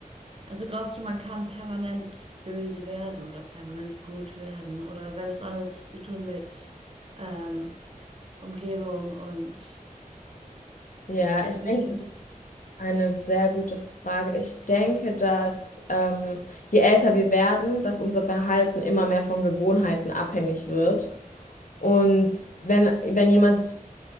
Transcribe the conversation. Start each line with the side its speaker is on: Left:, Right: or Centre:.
Right: Also glaubst du, man kann permanent böse werden oder permanent gut werden oder wenn es alles zu tun mit ähm, Umgebung und
Left: ja,
Right: was
Left: ich
Right: durchgeht.
Left: denke, das. Eine sehr gute Frage. Ich denke, dass ähm, je älter wir werden, dass unser Verhalten immer mehr von Gewohnheiten abhängig wird. Und wenn, wenn jemand